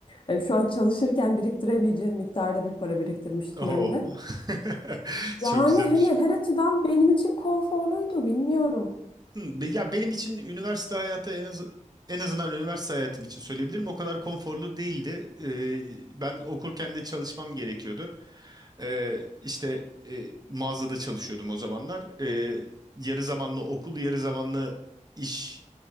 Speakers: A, on the left (about 40°); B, on the right (about 30°).
A: Yani şu an çalışırken biriktiremeyeceğim miktarda bir para biriktirmiştim
B: Oo.
A: hem de.
B: <laughs> Çok
A: Yani
B: güzel.
A: hani her açıdan benim için konforluydu bilmiyorum.
B: Hı, be- ya benim için üniversite hayatı en az en azından üniversite hayatım için söyleyebilirim. O kadar konforlu değildi. Ee, ben okurken de çalışmam gerekiyordu. Ee, işte e, mağazada çalışıyordum o zamanlar. Ee, yarı zamanlı okul, yarı zamanlı iş